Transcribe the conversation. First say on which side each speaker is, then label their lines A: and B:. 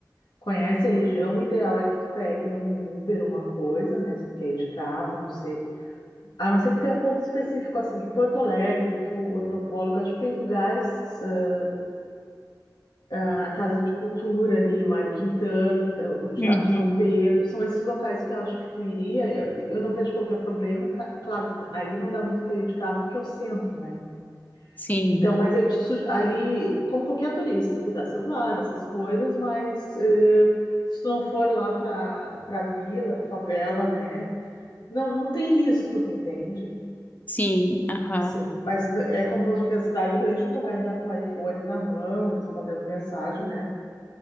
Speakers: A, on the left (about 80°); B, on the left (about 25°).
A: Conhece a região, o ideal é que tu pegue um Uber, uma coisa, né? Se tu quer ir de carro, não sei. A não ser que tenha um ponto específico, assim, em Porto Alegre, tu, antropólogo, acho que tem lugares, ah, ah, a Casa de Cultura ali, Mário Quintana, ah, o Teatro
B: uhum.
A: São Pedro, são esses locais que eu acho que tu iria. Eu, eu não vejo qualquer problema. Ca- Claro que ali não dá muito para ir de carro, porque é o centro, né?
B: Sim,
A: Então,
B: aham.
A: mas eu te sugiro, ali, como qualquer turista, cuidar celular, essas coisas, mas eh, se tu não for lá para para vila, favela, né? Não, não tem risco, tu entende?
B: Sim, aham.
A: Assim, mas é como qualquer cidade grande, tu não vai andar com o iPhone na mão, respondendo mensagem, né?